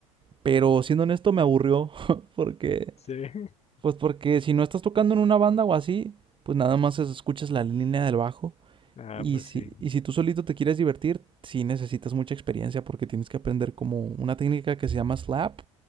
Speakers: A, on the right; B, on the left.
A: Pero siendo honesto me aburrió <laughs> porque
B: Sí. <laughs>
A: pues porque si no estás tocando en una banda o así, pues nada más es- escuchas la línea del bajo
B: Ah,
A: Y
B: pues
A: si,
B: sí.
A: y si tú solito te quieres divertir, sí necesitas mucha experiencia porque tienes que aprender como una técnica que se llama slap,